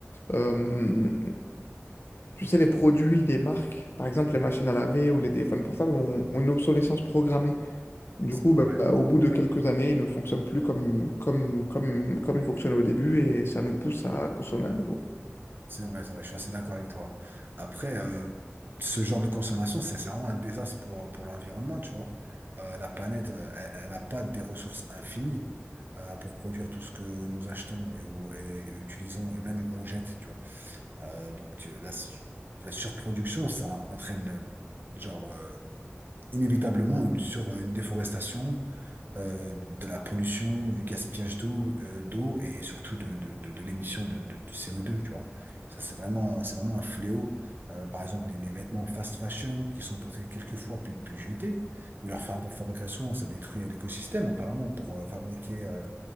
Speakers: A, on the left (about 60°); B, on the right (about 45°).
A: euh, tu sais, les produits des marques, par exemple
B: Oui, oui.
A: les machines à laver ou les téléphones portables, ont, ont une obsolescence programmée. Du
B: C'est
A: coup, bah,
B: vrai,
A: bah, au bout de quelques années, ils ne fonctionnent plus comme, comme, comme, comme ils fonctionnaient au début et ça nous pousse à consommer à nouveau.
B: c'est vrai, c'est vrai, je suis assez d'accord avec toi. Après, euh, ce genre de consommation, c'est c'est vraiment un désastre pour, pour l'environnement, tu vois. Euh, la planète, euh, elle n'a pas des ressources infinies euh, pour produire tout ce que nous achetons et, ou- et utilisons et même on jette, tu vois. Euh, donc euh, la, su- la surproduction, ça entraîne euh, genre euh, inévitablement une sur une déforestation, euh, de la pollution, du gaspillage d'eau, euh, d'eau et surtout de, de, de, de l'émission de, de, de CO2, tu vois. Ça, c'est vraiment, c'est vraiment un fléau. Euh, par exemple, les, les vêtements fast fashion qui sont portés quelques fois puis, puis jetés, mais leur fab- fabrication, ça détruit l'écosystème apparemment pour euh, fabriquer euh,